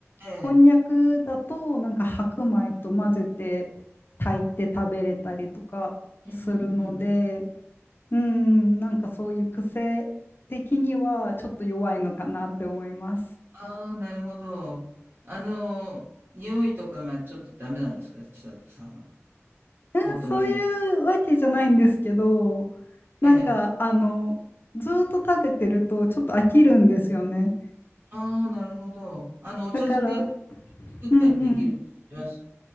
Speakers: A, on the right; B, on the left.
A: ええ。
B: こんにゃくだとなんか白米と混ぜて炊いて食べれたりとかするので
A: うんうんうん。
B: うんなんかそういう癖的にはちょっと弱いのかなって思います。
A: ああ、なるほど。あの、匂いとかがちょっとダメなんですか千里さんは。
B: えーそういうわけじゃないんですけど、
A: オートミールの。
B: なんかあのずーっと食べてるとちょっと飽きるんですよね。
A: ええ。ああ、なるほど。あの、お茶漬け
B: だから、
A: 作ったりできるします
B: うんうん。